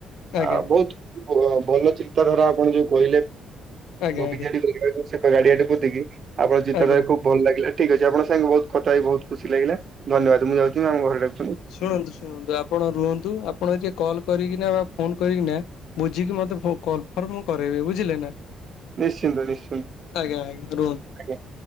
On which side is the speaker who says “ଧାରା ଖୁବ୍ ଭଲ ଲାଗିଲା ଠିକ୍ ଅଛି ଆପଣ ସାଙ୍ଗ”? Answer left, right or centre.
Right